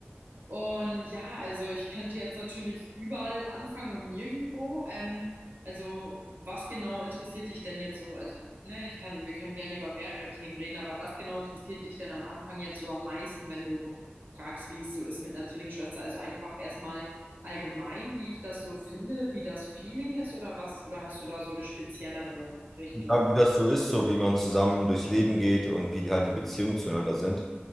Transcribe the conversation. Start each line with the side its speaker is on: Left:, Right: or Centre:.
Right: Und ja, also ich könnte jetzt natürlich überall anfangen und nirgendwo. Ähm, also was genau interessiert dich denn jetzt so? Also ne, ich kann, wir können gerne über mehrere Themen reden, aber was genau interessiert dich denn am Anfang jetzt so am meisten, wenn du fragst, wie es so ist mit einer Zwillingsschwester? Also einfach erstmal allgemein, wie ich das so finde, wie das Feeling ist oder was? Oder hast du da so eine speziellere Richtung?
Centre: Ja, wie das so ist, so wie man zusammen durchs Leben geht und wie die halt die Beziehungen zueinander sind